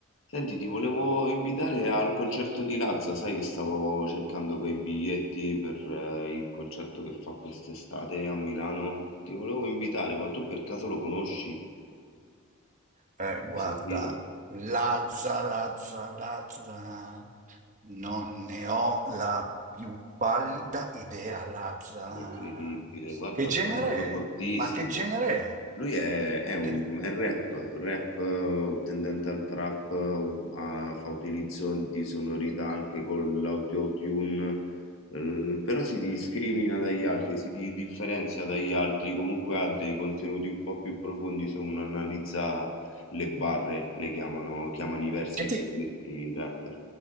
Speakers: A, on the left; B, on the right.
A: Senti, ti volevo invitare al concerto di Lazza, sai che stavo cercando quei biglietti per eh, il concerto che fa quest'estate a Milano. Ti volevo invitare, ma tu per caso lo conosci?
B: Eh, guarda,
A: L'hai sentito?
B: Lazza, Lazza, Lazza, non ne ho la più pallida idea, Lazza.
A: No, incredibile, guarda,
B: Che genere
A: sta andando fortissimo.
B: è? Ma che genere è?
A: Lui è, è un
B: Che,
A: è rap, rap eh, tendente al trap, eh, ha- fa utilizzo di sonorità anche con l'autotune, eh, però si discrimina dagli altri, si di- differenzia dagli altri, comunque ha dei contenuti un po' più profondi se uno analizza le barre, le chiamano, chiamano i versi
B: che ti-
A: così, i rapper.